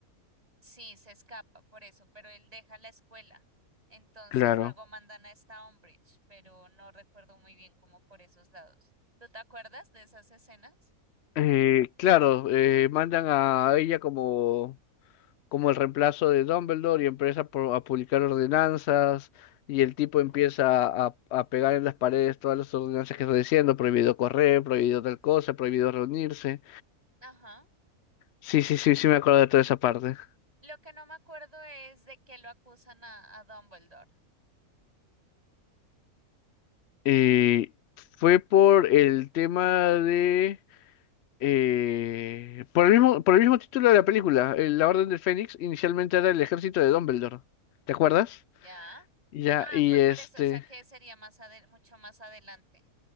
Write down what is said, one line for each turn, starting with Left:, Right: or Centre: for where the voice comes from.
Right: Sí, se escapa por eso, pero él deja la escuela. Entonces
Left: claro.
Right: luego mandan a esta Umbridge, pero no recuerdo muy bien cómo por esos lados. ¿Tú te acuerdas de esas escenas?
Left: Eh, claro, eh, mandan a ella como, como el reemplazo de Dumbledore y empieza por- a publicar ordenanzas y el tipo empieza a, a pegar en las paredes todas las ordenanzas que está diciendo, prohibido correr, prohibido tal cosa, prohibido reunirse.
Right: Ajá.
Left: Sí, sí, sí, sí me acuerdo de toda esa parte.
Right: Lo que no me acuerdo es de que lo acusan a, a Dumbledore.
Left: Eh, fue por el tema de... eh, por el mismo, por el mismo título de la película, eh, La Orden del Fénix, inicialmente era el ejército de Dumbledore. ¿Te acuerdas?
Right: Ya.
Left: Ya,
Right: Ah,
Left: y
Right: fue
Left: este...
Right: por eso, o sea que sería más adel- mucho más adelante.